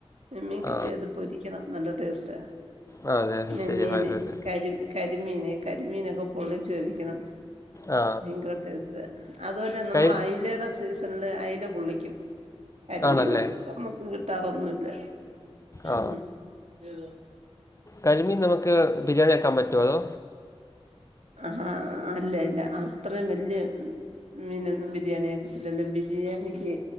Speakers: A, on the right; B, on the left.
A: നിമ്മീൻ കിട്ടിയാ
B: ആ
A: അത് പൊരിക്കണം നല്ല ടേസ്റ്റ
B: ആ അതെ അതെ
A: നെമ്മിന്
B: ശരിയായിട്ട്
A: കരി കരിമീന് കരിമീനൊക്കെ പൊള്ളിച്ച് കഴിക്കണം
B: ആ
A: ഭയങ്കര ടേസ്റ്റ അതുപോലെ നമ്മള്
B: കരി
A: അയിലയുടെ സീസണില് അയില പെള്ളിക്കും കരിമീനൊന്നും
B: ആണല്ലേ
A: നമ്മുക്ക് കിട്ടാറൊന്നുംല്ല
B: ആ
A: ഉം ഏതാ
B: കരിമീൻ നമുക്ക് ബിരിയാണി ആക്കാൻ പറ്റുവോ അതോ
A: ആഹ അല്ല അല്ല അത്രയും വലിയ മീനൊന്നും ബിരിയാണി ആക്കത്തില്ലല്ലോ ബിരിയാണിക്ക്